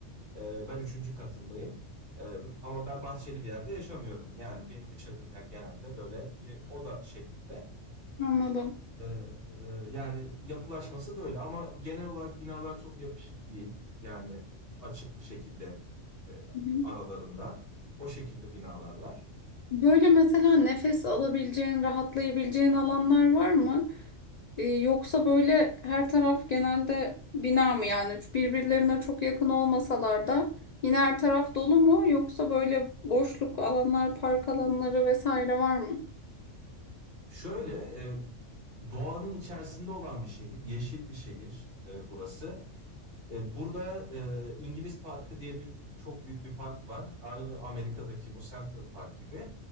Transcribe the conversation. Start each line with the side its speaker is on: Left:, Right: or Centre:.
Right: E, ben üçüncü katındayım. E, ama ben bahçeli bir yerde yaşamıyorum. Yani benim yaşadığım yer genelde böyle bir oda şeklinde.
Left: Anladım.
Right: Ee, yani yapılaşması böyle ama genel olarak binalar çok yapışık değil. Yani açık bir şekilde e,
Left: Hı hı.
Right: aralarında o şekilde binalar var.
Left: Böyle mesela nefes alabileceğin, rahatlayabileceğin alanlar var mı? Ee, yoksa böyle her taraf genelde bina mı yani birbirlerine çok yakın olmasalar da yine her taraf dolu mu yoksa böyle boşluk alanlar, park alanları vesaire var mı?
Right: Şöyle e, doğanın içerisinde olan bir şehir, yeşil bir şehir e, burası. E, burada e, İngiliz Parkı diye bir çok büyük bir park var. Aynı Amerika'daki bu Central Park gibi.